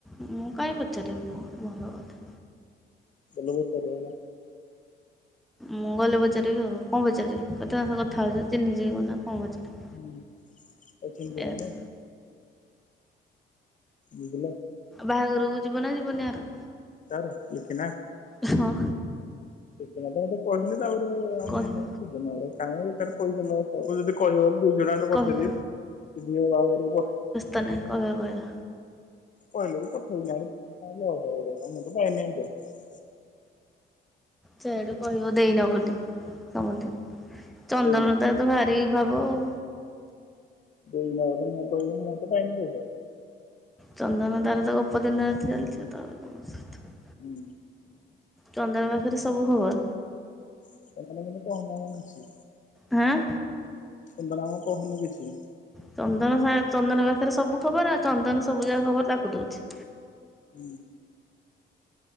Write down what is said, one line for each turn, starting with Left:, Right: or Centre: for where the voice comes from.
Centre: ମୁଁ କାଇଁ ପଚାରିବି ମୁଁ ଭଲ କଥା।
Left: ବୁଲିକି ପରିଆଲା।
Centre: ମୁଁ ଗଲେ ପଚାରିବି ଆଉ। କଣ ପଚାରିବି? କେତେ ଆମେ କଥା ହଉଚେ ଚିହ୍ନି ଯିବ କ ନା କଣ ପଚାରିବି?
Left: ହୁଁ ଅଛନ୍ତି
Centre: ଏୟା
Left: ଜଣେ। ବୁଝିଲ?
Centre: ବାହାଘରୁକୁ ଯିବ ନା ଯିବନି ଆରୁ
Left: ତାର ଲିଖି ନା
Centre: ସଁ
Left: ତ ମତେ ଏମତିଆ କହିଲେ ତ ଆଉ ଗୋଟେ
Centre: କହିବ
Left: ମୁଁ ହେଇଯିବ ନହେଡେ କାହିଁକ ଏଥାରେ ପଇସା ଲଗ୍ ଆକୁ ଯେଦି କହିବ ଦୁଇଶହ ଟଙ୍କା ଖଣ୍ଡେ ପଠେଇଦେବିି
Centre: କହିବ
Left: ଯିବ ବାହାଘରୁକୁ ବ
Centre: ତନେ କଣ କହିଲା?
Left: କହିଲେ ବି ପଠଉ ନାହାଡେ କମ୍ ଲସ୍ ହେଲାନି ମୁଁ ତ ପାଇନି <unintelligible>
Centre: ସେଆଡୁ କହିବ ଦେଇନ ବୋଲି ସମନ୍ତି ଚନ୍ଦନର
Left: ଦେଇନ
Centre: ତାର ତ ଭାରି ଭାବ ଆଉ
Left: ଦେଇକି ନ ଗଲେ ମୁଁ କହିଲି ମୁଁ ତ ପାଇନି <unintelligible>
Centre: ଚନ୍ଦନ ତାର ତ ଗପ ଦିନରାତି ଚାଲଚି ତାର କଣ ଅଛି?
Left: ହୁଁ।
Centre: ଚନ୍ଦନ ପାଖେରେ ସବୁ ଖବର।
Left: <unintelligible> କିଛି
Centre: ହାଁ
Left: ସେମତିଆଟା ଏକା କହୁନି କିଛି।
Centre: ଚନ୍ଦନ ସାର଼୍ ଚନ୍ଦନ ପାଖେରେ ସବୁ ଖବର ଆଉ ଚନ୍ଦନ ସବୁ ଯାକ ଖବର ତାକୁ ଦଉଚି।
Left: ହୁଁ।